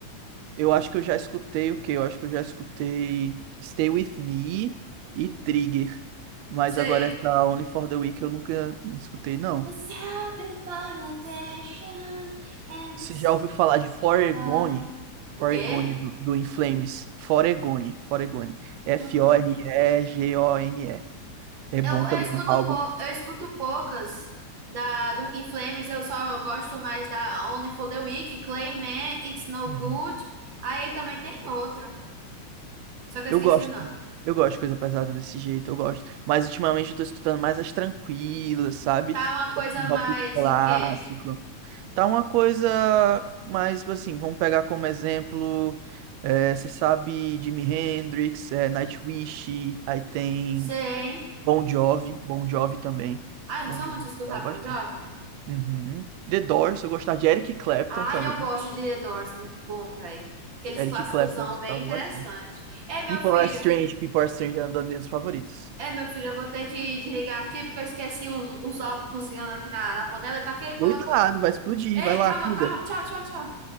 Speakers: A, on the right; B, on the right.
A: Eu acho que eu já escutei o quê? Eu acho que eu já escutei Stay With Me e Trigger. Mas
B: Sei.
A: agora essa Only for the Weak eu nunca escutei, não.
B: The self-determination and
A: Você
B: the
A: já ouviu falar de Foregone?
B: soul.
A: Foregone
B: O quê?
A: do, do In Flames. Foregone, Foregone. F-O-R-E-G-O-N-E.
B: Uh-uh.
A: É bom
B: Eu, eu
A: também
B: escuto,
A: é um álbum.
B: pou- eu escuto poucas da, do In Flames, eu só gosto mais da Only for the Weak, Clayman, It's No
A: Uhum.
B: Good. Aí também tem outro, só que
A: Eu
B: eu esqueci
A: gosto,
B: o nome.
A: assim, eu gosto de coisa pesada desse jeito, eu gosto. Mas ultimamente eu tô escutando mais as tranquilas, sabe?
B: Tá uma
A: Que
B: coisa
A: é assim,
B: mais
A: rock clássico.
B: o quê?
A: Tá uma coisa mais, tipo assim, vamos pegar como exemplo, eh, você sabe Jimi Hendrix, eh, Nightwish, aí tem
B: Sei.
A: Bon Jovi, Bon Jovi também.
B: Ah, eu
A: Bon
B: não sou
A: Jovi,
B: muito de
A: eu
B: escutar
A: gostava bastante.
B: Bon Jovi?
A: Uhum. The Doors, eu gostava de Eric Clapton
B: Ah,
A: também.
B: eu gosto de The Doors, muito bom, velho. Aqueles
A: Eric
B: clássicosão
A: Clapton eu escutava
B: bem interessante.
A: bastante.
B: Ei, meu
A: People
B: filho,
A: Are Strange, People Are Strange era uma das minhas favoritas.
B: ei, meu filho, eu vou ter que desligar aqui porque eu esqueci os, os ovos cozinhando aqui na, na panela e tá queimando.
A: Cuidado, vai explodir,
B: Ei,
A: vai lá,
B: calma,
A: cuida.
B: calma, tchau, tchau, tchau.